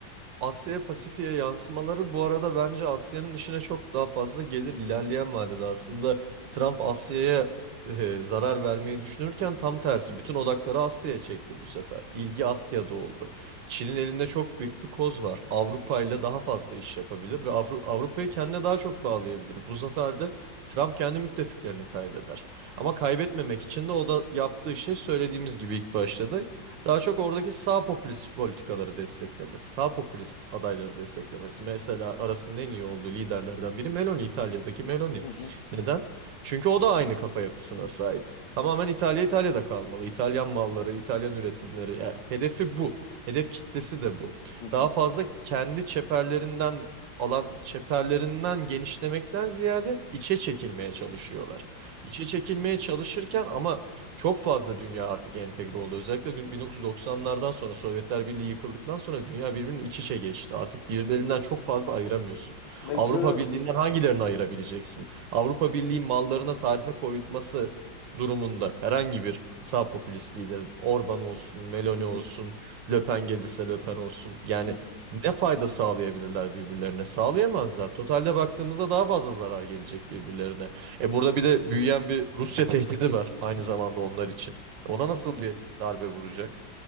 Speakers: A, on the right; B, on the left.
A: Asya'ya Pasifik'e yansımaları bu arada bence Asya'nın işine çok daha fazla gelir ilerleyen vadede. Aslında Trump Asya'ya e, zarar vermeyi düşünürken tam tersi bütün odakları Asya'ya çekti bu sefer. İlgi Asya'da oldu. Çin'in elinde çok büyük bir koz var. Avrupa ile daha fazla iş yapabilir ve Avru- Avrupa'yı kendine daha çok bağlayabilir. Bu sefer de Trump kendi müttefiklerini kaybeder. Ama kaybetmemek için de o da yaptığı şey söylediğimiz gibi ilk başta da daha çok oradaki sağ popülist politikaları desteklemesi, sağ popülist adayları desteklemesi. Mesela arasının en iyi olduğu liderlerden biri Meloni, İtalya'daki Meloni.
B: Hı hı,
A: Neden? Çünkü o da aynı kafa yapısına sahip. Tamamen İtalya İtalya'da kalmalı. İtalyan malları, İtalyan üretimleri. Yani hedefi bu. Hedef kitlesi de bu.
B: hı hı.
A: Daha fazla kendi çeperlerinden alan çeperlerinden genişlemekten ziyade içe çekilmeye çalışıyorlar. İçe çekilmeye çalışırken ama çok fazla dünya artık entegre oldu. Özellikle dün- 1990'lardan sonra Sovyetler Birliği yıkıldıktan sonra dünya birbirinin iç içe geçti. Artık birbirlerinden çok fazla ayıramıyorsun.
B: Mesela
A: Avrupa Birliği'nden hangilerini ayırabileceksin? Avrupa Birliği mallarına tarife koyması durumunda herhangi bir sağ popülist liderin Orban olsun, Meloni
B: hı hı,
A: olsun, Le Pen gelirse Le Pen olsun. Yani
B: hı hı.
A: ne fayda sağlayabilirler birbirlerine? Sağlayamazlar. Totalde baktığımızda daha fazla zarar gelecek birbirlerine. E burada bir de büyüyen bir Rusya tehdidi var aynı zamanda onlar için. E Ona nasıl bir darbe vuracak?